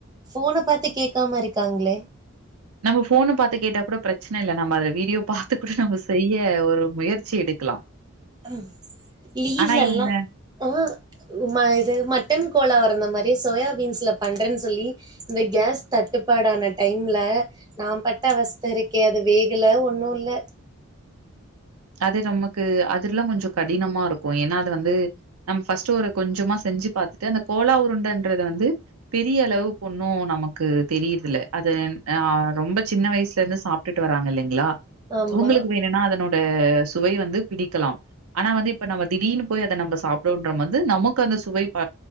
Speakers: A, on the right; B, on the right.
A: போன பாத்து கேக்காம இருக்காங்களே
B: நம்ம போன பாத்து கேட்டா கூட பிரச்சன இல்ல நம்ம அது வீடியோ பாத்து கூட நம்ம செய்ய ஒரு முயற்சி எடுக்கலா
A: ம் லீவ்ல
B: ஆனா இவங்க
A: எல்லா ஆ இது மட்டன் கோலா வரந்த மாரி தே சோயாபீன்ஸ்ல பண்றன் சொல்லி இந்த கேஸ் தட்டுப்பாடான டைம்ல நா பட் அவஸ்தருக்கே அது வேகல ஒன்னு இல்ல
B: அது நமக்கு அதுல்லா கொஞ்ச கடினமாருக்கு ஏன்னா அது வந்து நம்ம ஃபர்ஸ்ட் ஒரு கொஞ்சமா செஞ் ஞ்சி பாத்துட்டு அந்த கோலா உருண்டன்றத வந்து பெரிய அளவு ஒன்னு நமக்கு தெரியிரதில்ல அத ஆ ரொம்ப சின்ன வயசுல இருந்து சாப்டுட்டு வராங்க இல்லைங்களா
A: ஆமா
B: அவுங்களுக்கு வேணுனா அதனோ ந்த சுவை வந்து பிடிக்கலாம் ஆனா வந்து இப்ப நம்ம திடீனு போய் அத நம்ப சாப்டோன்ற வந்து நமக்கு அந் ந்த சுவை ப